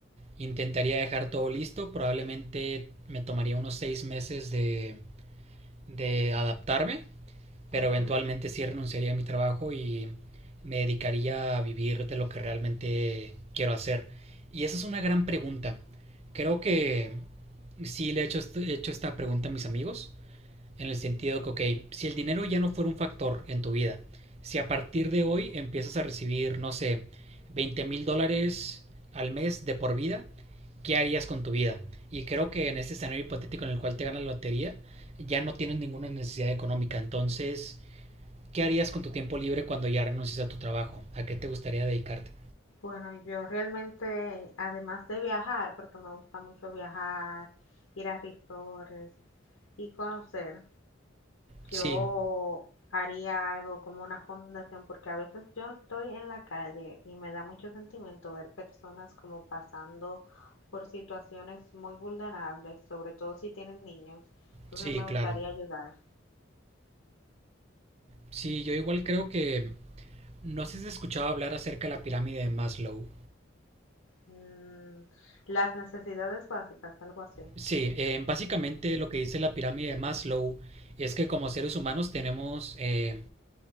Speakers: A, on the right; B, on the left.
A: intentaría dejar todo listo, probablemente me tomaría unos seis meses de, de adaptarme pero
B: Ujú.
A: eventualmente sí renunciaría a mi trabajo y me dedicaría a vivir de lo que realmente quiero hacer. Y esa es una gran pregunta. Creo que sí le he hecho, he hecho esta pregunta a mis amigos, en el sentido que, ok, si el dinero ya no fuera un factor en tu vida, si a partir de hoy empiezas a recibir, no sé, veinte mil dólares al mes de por vida, ¿qué harías con tu vida? Y creo que en este escenario hipotético en el cual te ganas la lotería, ya no tienes ninguna necesidad económica. Entonces, ¿Qué harías con tu tiempo libre cuando ya renuncies a tu trabajo? ¿A qué te gustaría dedicarte?
B: Bueno, yo realmente, además de viajar, porque me gusta mucho viajar, ir a resorts y conocer, Yo
A: Sí,
B: haría algo como una fundación porque a veces yo estoy en la calle y me da mucho sentimiento ver personas como pasando por situaciones muy vulnerables, sobre todo si tienen niños. Entonces
A: sí,
B: me gustaría
A: claro.
B: ayudar.
A: Sí, yo igual creo que... No sé si has escuchado hablar acerca de la pirámide de Maslow.
B: Mm, las necesidades básicas, algo así.
A: Sí, eh, básicamente lo que dice la pirámide de Maslow es que como seres humanos tenemos eh,